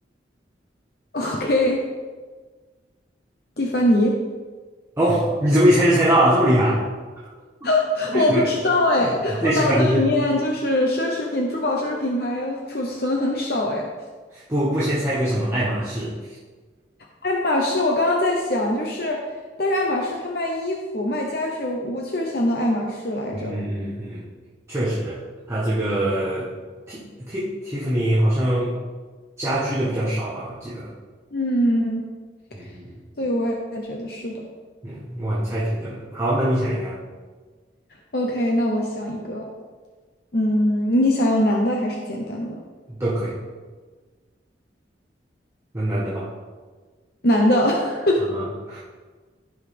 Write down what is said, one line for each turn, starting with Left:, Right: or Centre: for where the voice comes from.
Left: ？OK，蒂凡尼？
Right: 哦，你怎么一猜就猜到了，这么厉害？
Left: <laughs>
Right: <laughs>
Left: 我不知道哎，
Right: 对，你最喜欢的是
Left: 我脑子里面就是奢侈品、珠宝、奢侈品牌储存很少哎。
Right: 不不先猜个什么爱马仕？
Left: 爱马仕，我刚刚在想，就是，但是爱马仕它卖衣服、卖家具，我我确实想到爱马仕来着。
Right: 嗯嗯嗯嗯，确实，它这个 T T Tiffany 好像家居的比较少吧，我记得。
Left: 嗯，
Right: 嗯嗯
Left: 对，我也觉得是的。
Right: 嗯，哇，你猜挺准的。好，那你想一个啊。
Left: OK，那我想一个，嗯，你想要男的还是简单的？
Right: 都可以。那男的吧，
Left: 男的。<laughs>
Right: 啊，